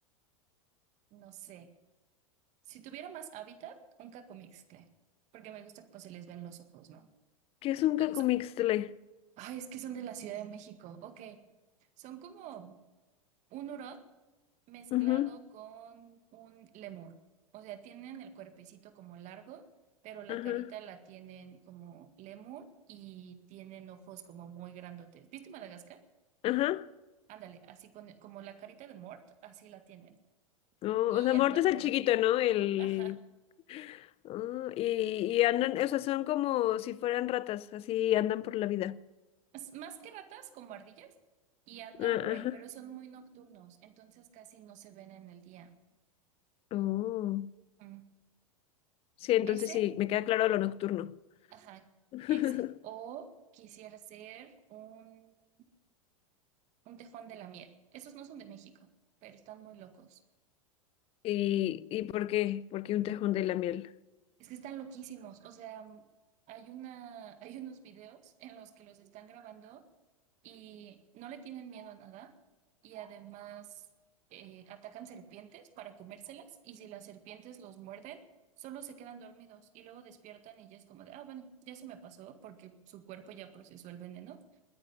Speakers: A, on the right; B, on the left.
A: no sé, si tuviera más hábitat, un cacomixtle, porque me gusta cómo se les ven los ojos, ¿no?
B: ¿Qué es un
A: Pues,
B: cacomixtle?
A: ay, es que son de la Ciudad de México. Ok, son como un hurón mezclado
B: Ujú,
A: con un lemur. O sea, tienen el cuerpecito como largo, pero la
B: Ajá,
A: carita la tienen como lemur y tienen ojos como muy grandotes. ¿Viste Madagascar?
B: ajá.
A: Ándale, así con, como la carita de Mort, así la tienen.
B: No,
A: Y
B: o sea, muerto
A: andan
B: es el
A: por
B: chiquito,
A: aquí.
B: ¿no? El...
A: Ajá.
B: ah, y, y andan, o sea, son como si fueran ratas, así andan por la vida.
A: Es Más que ratas, como ardillas, y andan
B: Ah,
A: por
B: ajá.
A: ahí, pero son muy nocturnos, entonces casi no se ven en el día.
B: Oh.
A: Mm. Mm.
B: Sí, entonces
A: Ese,
B: sí, me queda claro lo nocturno.
A: ajá,
B: <laughs>
A: ese. O quisiera ser un, un tejón de la miel. Esos no son de México, pero están muy locos.
B: ¿Y, y por qué? Porque un tejón de la miel.
A: Es que están loquísimos. O sea, mm, hay una, hay unos videos en los que los están grabando y no le tienen miedo a nada. Y además eh, atacan serpientes para comérselas. Y si las serpientes los muerden, solo se quedan dormidos y luego despiertan y ya es como de, ah, bueno, ya se me pasó porque su cuerpo ya procesó el veneno.